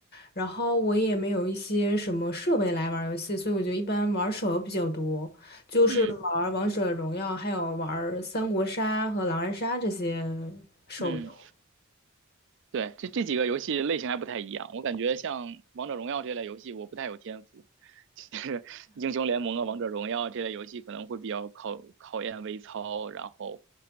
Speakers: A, on the left; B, on the right.
A: 然后我也没有一些什么设备来玩儿游戏，所以我就一般玩儿手游比较多，就是玩儿王者荣耀，
B: 嗯
A: 还有玩儿三国杀和狼人杀这些手游。
B: 嗯，对，这这几个游戏类型还不太一样，我感觉像王者荣耀这类游戏我不太有天赋，其实 <laughs> 英雄联盟啊、王者荣耀这类游戏可能会比较考考验微操，然后